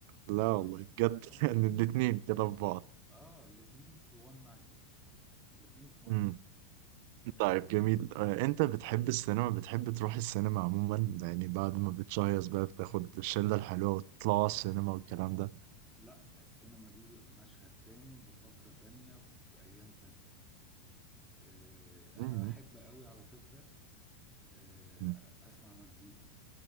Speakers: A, on the right (about 60°); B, in the centre.
A: لا والله بجد
B: اه
A: <laughs> يعني الاتنين كده في بعض
B: اه الاتنين في وان نايت الاتنين في وان
A: امم
B: نايت
A: طيب جميل آه، انت بتحب السينما بتحب تروح السينما عموما يعني بعد ما بتشيص بقى بتاخد الشلة الحلوة وتطلع السينما والكلام ده
B: لا السينما دي مشهد تاني بفقرة تانية بأيام تانية آه،
A: امم
B: أنا بحب قوي على فكرة آه،
A: أمم،
B: أسمع مزيكا